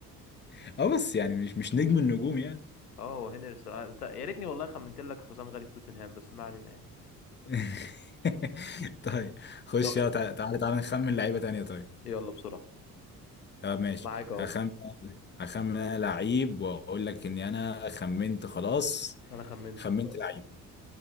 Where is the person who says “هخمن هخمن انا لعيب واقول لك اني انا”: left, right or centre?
Left